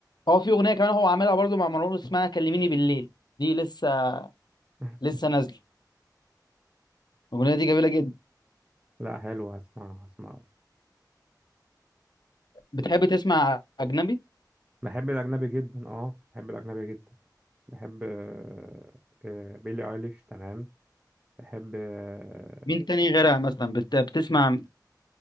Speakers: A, on the left; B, on the right.
A: اه في اغنيه كمان هو عاملها برضو مع مروان موسى اسمها كلميني بالليل دي لسه
B: <laughs>
A: لسه نازله الاغنيه دي جميله جدا
B: لا حلو هسمعه هسمعه
A: بتحب تسمع اجنبي
B: بحب الأجنبي جدا اه بحب الأجنبي جدا بحب آه، آه، بيلي ايليش تمام بحب آه،
A: مين تاني غيرها مثلا بت... بتسمع